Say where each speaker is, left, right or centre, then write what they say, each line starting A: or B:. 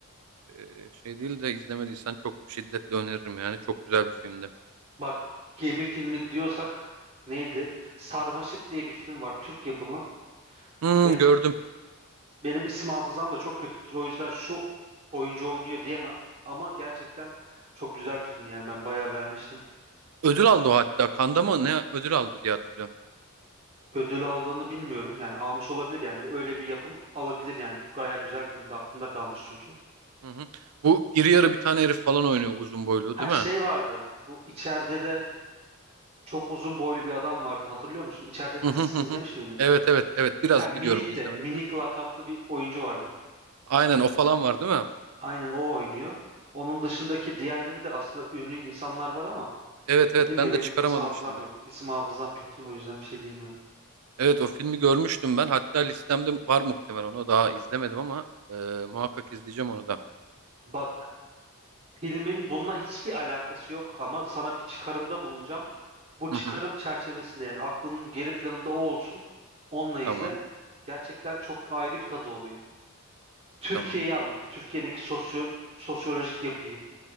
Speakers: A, on the right; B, on the right.
A: e, şey değil de izlemediysen çok şiddetle öneririm yani çok güzel bir filmdi.
B: Bak gemi filmi diyorsak neydi? Sarmaşık diye bir film var Türk yapımı.
A: Hmm,
B: Benim
A: gördüm.
B: benim isim hafızam da çok kötüdür. O yüzden şu oyuncu oynuyor diyemem. Ama gerçekten çok güzel bir film yani ben bayağı beğenmiştim.
A: Ödül aldı o hatta. Kanda mı ne ödül aldı diye hatırlıyorum.
B: Ödül aldığını bilmiyorum. Yani almış olabilir yani öyle bir yapım alabilir yani. Gayet güzel bir filmdi aklımda kalmış çünkü.
A: Hı hı. Bu iri yarı bir tane herif falan oynuyor uzun boylu
B: Ha
A: değil
B: şey
A: mi?
B: vardı. Bu içeride de çok uzun boylu bir adam vardı hatırlıyor musun? İçeride
A: Hı
B: dizisini
A: hı hı hı.
B: izlemiş miydin?
A: Evet evet evet biraz
B: Ha Minik
A: biliyorum izlemedim
B: de Minik
A: de.
B: lakaplı bir oyuncu vardı.
A: Aynen o falan var değil mi?
B: Aynen o oynuyor. Onun dışındaki diğerleri de aslında ünlü insanlar var ama
A: Evet evet
B: dediğim
A: ben
B: gibi benim
A: de çıkaramadım
B: isim hafızam
A: şimdi.
B: yok. İsim hafızam kötü o yüzden bir şey diyemiyorum.
A: Evet o filmi görmüştüm ben. Hatta listemde var muhtemelen onu daha izlemedim ama e, muhakkak izleyeceğim onu da.
B: Bak filmin bununla hiçbir alakası yok ama sana bir çıkarımda bulunacağım. Bu çıkarım
A: Hı hı.
B: çerçevesinde yani aklının geri planında o olsun. Onunla izle.
A: Tamam
B: Gerçekten çok ayrı bir tadı oluyor. Türkiye'yi
A: tamam.
B: anlatıyor. Türkiye'deki sosyo sosyolojik yapıyı.